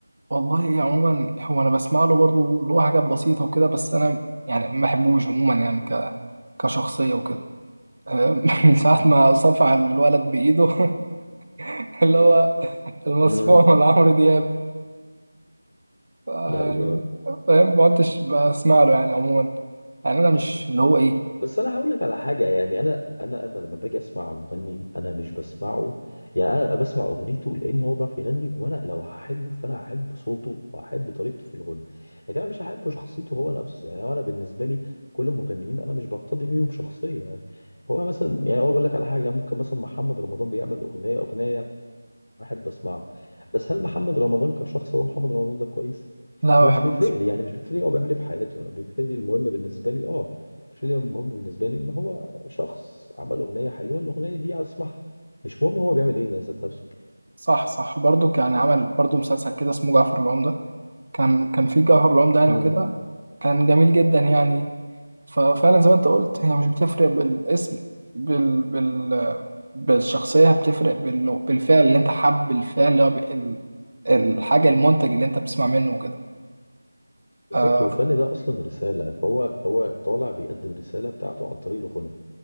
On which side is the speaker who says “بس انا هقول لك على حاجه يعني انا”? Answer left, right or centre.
Left